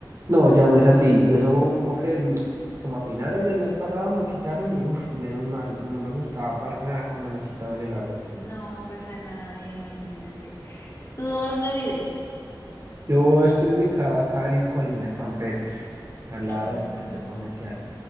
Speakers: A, on the right; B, on the left.
A: No, ya no es así. Eso como que el- como a finales del mes pasado lo quitaron y uff, menos mal, no me gustaba para nada cuando nos quitaban el agua.
B: No, pues a nadie, imagínate. ¿Tú dónde vives?
A: Yo estoy ubicado acá en Colina Campestre, al
B: Ah,
A: lado del centro comercial.